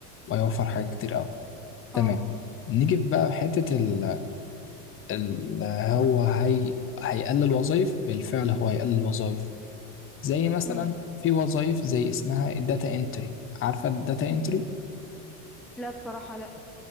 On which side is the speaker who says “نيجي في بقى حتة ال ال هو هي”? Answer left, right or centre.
Left